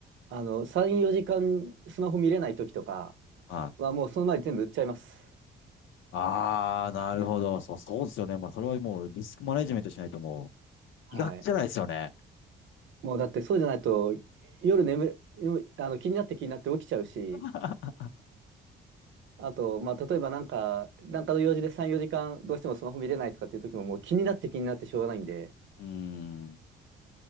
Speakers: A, on the right; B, on the left.
A: あの、3、4時間スマホ見れない時とか
B: はい。
A: は、もうその前に全部売っちゃいます。
B: ああ、なるほど。そう、そうですよね。まあ、それはもうリスクマネジメントしないともう、
A: はい。
B: 医学じゃないですよね。
A: もうだってそうじゃないと、夜眠る、あの、気になって気になって起きちゃうし、
B: <laughs>
A: あと、まあ、例えばなんか、なんかの用事で3、4時間どうしてもスマホ見れないとかっていう時ももう気になって気になってしょうがないんで、
B: うーん、